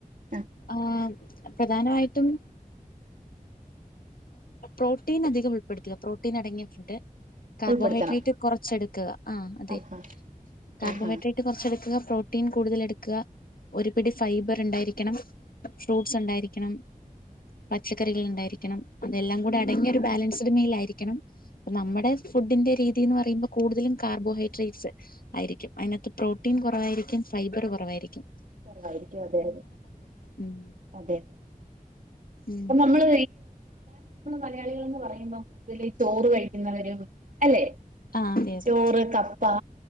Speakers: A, on the right; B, on the left.
A: ആഹ്
B: ആഹ് പ്രധാനമായിട്ടും പ്രോട്ടീൻ അധികം ഉൾപ്പെടുത്തുക പ്രോട്ടീൻ അടങ്ങിയ ഫുഡ് കാർബോഹൈഡ്രേറ്റ്
A: ഉൾപ്പെടുത്തണം
B: കൊറച്ചെടുക്കുക ആ അതെ
A: ആഹാ
B: കാർബോഹൈഡ്രേറ്റ്
A: ആഹാ
B: കൊറച്ചെടുക്കുക പ്രോട്ടീൻ കൂടുതൽ എടുക്കുക ഒരു പിടി ഫൈബർ ഉണ്ടായിരിക്ക- രിക്കണം <unintelligible> ഫ്രൂട്ട്സ് ഉണ്ടായിരിക്കണം, പച്ചക്കറികൾ- ഉണ്ടായിരിക്കണം അതെല്ലാം കൂടെ അടങ്ങിയ ഒരു ബാലൻസ് ഇത് മേൽയായിരില്ലണം നമ്മുടെ ഫുഡിന്റെ രീതി ത്തീന്ന് പറയുമ്പോ കൂടുതലും കാർബോഹൈഡ്രേറ്റ്സ് ആയിരിക്കും അയ്നാത്ത് പ്രൊ പ്രൊട്ടീൻ കൊറവായിരിക്കും ഫൈബറ് കൊറവായിരിക്കും
A: കൊറവായിരിക്കും അതെ
B: ഉം
A: അതെ
B: ഉം
A: മ്മള് മലയാളികളെന്ന് പറയ് യുമ്പം കൂടുതല് ചോറ് കഴി ഇന്ന് വരും അല്ലെ
B: ആഹ് അതെ അതെ
A: ചോറ് കപ്പ